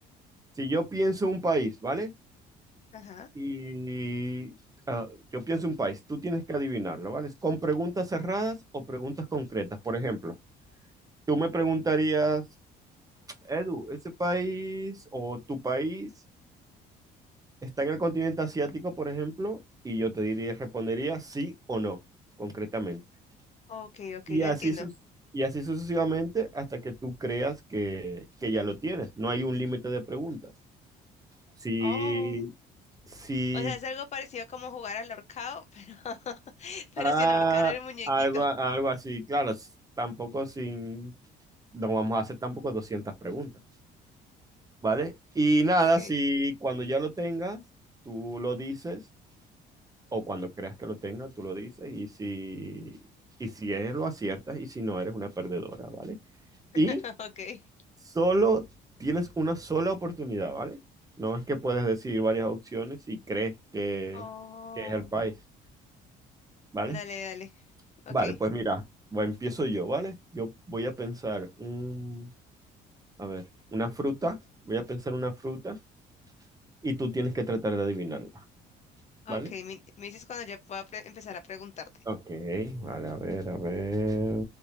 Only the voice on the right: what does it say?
si yo pienso un país, ¿vale?
Y ah, yo pienso un país, tú tienes que adivinarlo, ¿vale? ¿Con preguntas cerradas o preguntas concretas? Por ejemplo, tú me preguntarías, Edu, ¿ese país o tu país está en el continente asiático, por ejemplo? Y yo te diría, respondería sí o no, concretamente.
Y
así,
sus- y así sucesivamente hasta que tú creas que, que ya lo tienes. No hay un límite de preguntas. Si,
si
Ah,
algo, algo así, claro, s- tampoco sin, no vamos a hacer tampoco 200 preguntas, ¿vale? Y nada,
si cuando ya lo tengas, tú lo dices, o cuando creas que lo tengas, tú lo dices, y si, y si es, lo aciertas, y si no, eres una perdedora, ¿vale? Y
solo tienes una sola oportunidad, ¿vale? No es que puedes decir varias opciones si crees que,
que es el país, ¿vale?
Vale, pues mira, voy- empiezo yo, ¿vale? Yo voy a pensar un, a ver, una fruta, voy a pensar una fruta y tú tienes que tratar de adivinarla,
¿vale?
Ok, vale, a ver, a ver.